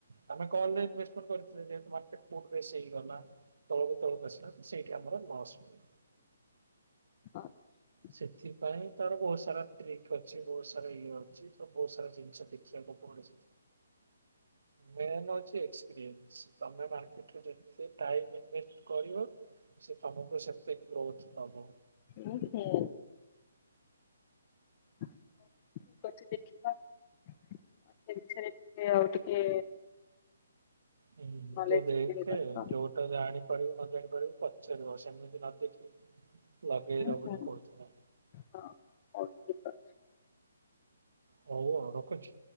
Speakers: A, on the right (about 75°); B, on the left (about 35°).
A: ଆେ କଇମ ଟରେ ସେଇ ଗଲା ତଳକୁ ତଳକୁ ଆସିଲା ସେଇଠି ଆମର ନସ ମି
B: ଆ <inaudible>
A: ସେଥିପାଇଁ ତାର ବହୁତ ସାରା ଫିକ ଅଛି ବହୁତ ସାରା ଇଏ ଅଛି ତୁ ବହୁତ ସାରା ଜିନିଷ ଦେଖିବାକୁ ପଡଛି। ମେନ୍ ହଉଛି ଏସପିରିଏନ୍ସ ତମେ ମାର୍କେଟରେ ଯେ ଟାଇମ ଇନଭେଷ୍ଟ କର ସେ ତମକୁ ସେତକ ରଥ ତବ।
B: ହଁ ହୁ। ହ ଠିକ ଅଛି ଦେଖିବା <unintelligible> ସେ ବିଷୟରେ ଟିକେ ଆଉ ଟିକେ
A: ହୁଁ
B: ନଲେଜ
A: ତୁ ଦେଖେ
B: ଗେନ୍ କରିବା।
A: ଯୋ ଜାଣିପାରିବୁ ନ ଜାଣି ପାରିବୁ ପଚାରିବ ସେମିତି ନ ଦେଖି ଲଗେଇଦ
B: ହୁଁ ହୁଁ
A: ବୋଲି କହୁଥିରେ।
B: ହଁ ହଉ ଠିକଛି <inaudible>
A: ହଉ ହଉ ରଖୁଛି।